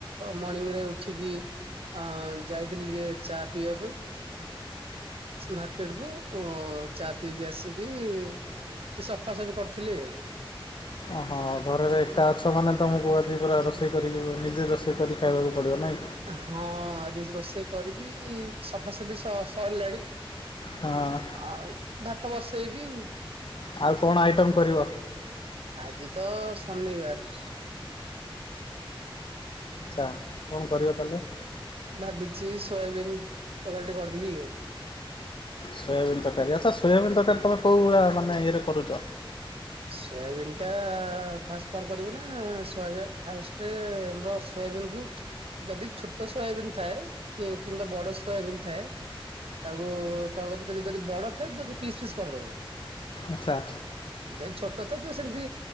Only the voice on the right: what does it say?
ମର୍ଣିଂ ରେ ଉଠିକି ଆ ଯାଇଥିଲି ଟିକେ ଚା ପିଇବା ପାଇଁ ମାର୍କେଟ କୁ ଚା ପିଇକି ଆସିକି ଟିକେ ସଫା ସଫି କରୁଥିଲି। <inaudible>
ହଁ ଆରି ରୋଷେଇ କରିବି ସଫାସଫି ସରିଲାଣି
ଆଉ ଭାତ ବସେଇବି
ଆଜି ତ ଶନିବାର
ଭାବିଛିି ସୋୟାବିନ ତକା ଟିକେ କରିଦେବି ଆଉ।
ସୋୟାବିିନ ଟା ଫାଷ୍ଟ କଣ କରିବୁ ନା ଫାଷ୍ଟ ଆମର ସୋୟାବନ୍ କୁ ଯଦି ଛୋଟ ଶୟବନ୍ ଥାଏ କିମ୍ବା ବଡ ଶୟବନ୍ ଥାଏ ତାକୁ କଣ କରୁୁ ଯଦି ଯଦି ବଡ ଥାଏ ତାକୁ ପିସ୍ ପିସ୍ କରିଦବୁ
ଯଦି ଛୋଟ ଥାିବ ସେମିତି